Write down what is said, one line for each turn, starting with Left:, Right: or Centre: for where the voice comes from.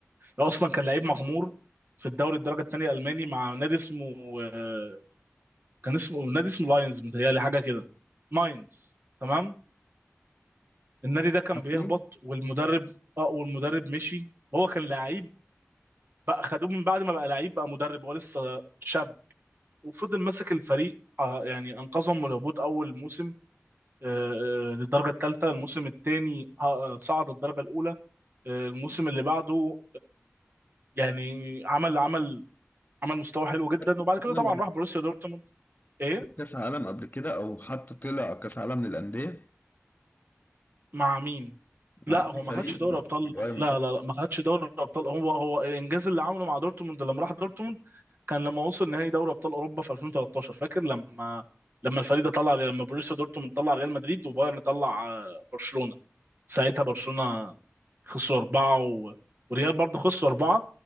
Right: هو اصلا كان لعيب مغمور في الدوري الدرجه الثانيه الالماني مع نادي اسمه آه، كان اسمه نادي اسمه لاينز متهيألي حاجه كده ماينز تمام النادي ده كان
Left: عارفينه؟
Right: بيهبط والمدرب اه والمدرب مشي هو كان لعيب بقى خدوه من بعد ما بقى لعيب بقى مدرب هو لسه شاب وفضل ماسك الفريق آه، يعني انقذهم من الهبوط اول موسم آه، آه، للدرجه الثالثه الموسم الثاني صعد الدرجه الاولى آه، الموسم اللي بعده يعني عمل عمل عمل مستوى حلو جدا
Left: عارف كأس
Right: وبعد كده
Left: العالم
Right: طبعا راح بروسيا دورتموند ايه
Left: كاس عالم قبل كده او حتى طلع كاس عالم للانديه
Right: مع مين لا
Left: مع
Right: هو
Left: اي
Right: ما
Left: فريق
Right: خدش دوري
Left: من
Right: ابطال
Left: غير منتخب
Right: لا لا لا ما خدش دوري ابطال هو هو الانجاز اللي عمله مع دورتموند لما راح دورتموند كان لما وصل نهائي دوري ابطال اوروبا في 2013 فاكر لما لما الفريق ده طلع لما بروسيا دورتموند طلع ريال مدريد وبايرن طلع آه، برشلونة ساعتها برشلونة خسروا أربعة و... وريال برضه خسروا أربعة